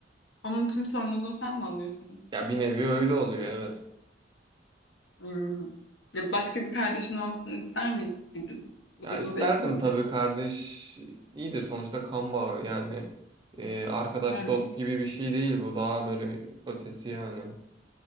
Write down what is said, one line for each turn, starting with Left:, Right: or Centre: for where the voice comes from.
Left: onun tüm sorumluluğu sen mi alıyorsun?
Right: Ya bir nevi öyle oluyor evet.
Left: Hmm. Ya başka bir kardeşin olsun ister miydin? Bu
Right: Ya
Left: durumu
Right: isterdim
Left: değiştirecek.
Right: tabii kardeş. İyidir sonuçta kan bağı yani. Ee, arkadaş
Left: Yani.
Right: dost gibi bir şey değil bu. Daha böyle bir ötesi yani.